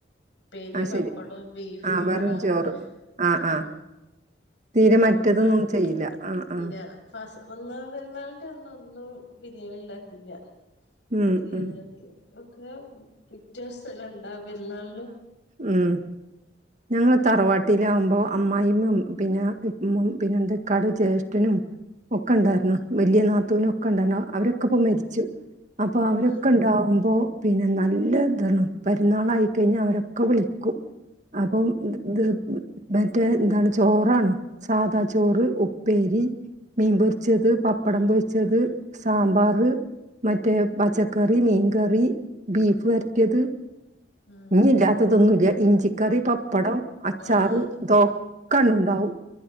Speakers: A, on the left (about 85°); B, on the right (about 45°).
A: പേരി
B: ആഹ്
A: പപ്പടവും
B: ശരി
A: ബീഫും
B: ആഹ് വെറും
A: സ്രാവവും
B: ചോറ് ആഹ്
A: ആഹ
B: ആഹ് തീരെ മറ്റേതൊന്നും
A: പെരുന്നാൾ
B: ചെയ്യില്ല ആഹ്
A: ഇല്ല
B: ആഹ്
A: ഫസ്സ് ഒന്നാം പെരുന്നാളിന്റെ അന്ന് ഒന്നും ബിരിയാണി ഉണ്ടാക്കില്ല
B: ഉം
A: ബിരിയാണി
B: ഉം
A: മന്തിയും ഒക്കെ പിറ്റെ സ് ത്തലണ്ട പെരുന്നാളിന്
B: മ് ഞങ്ങള് തറവാട്ടിലാകുമ്പോ അമ്മായിമ്മയും പിന്നെ മം പിന്നെ എൻ്റെ ഇക്കാടെ ജ്യേഷ്ഠനും ഒക്കെ ഉണ്ടായിരുന്നു വലിയ നാത്തൂനും ഒക്കെ ഉണ്ടായിരുന്നു അവരൊക്കെ ഇപ്പൊ മരിച്ചു അപ്പൊ അവരൊക്കെ
A: ആഹ്
B: ഉണ്ടാവുമ്പോ പിന്നെ നല്ല ദണ്ണം പരുന്നാളായിക്കഴിഞ്ഞ അവരൊക്കെ വിളിക്കും അപ്പം <inaudible> മറ്റേ എന്താണ് ചോറാണ് സാദാ ചോറ് ഉപ്പേരി മീൻ പച്ചത് പപ്പടം പൊയിച്ചത് സാമ്പാറ് മറ്റേ പച്ചക്കറി മീൻകറി ബീഫ് വരറ്റിയത്
A: ആഹ്
B: ഇനില്ലാത്തതൊന്നുമില്ല ഇഞ്ചി കറി പപ്പടം അച്ചാറ്
A: ആഹ് അതൊക്കെ
B: ദൊക്കണ്ടാവും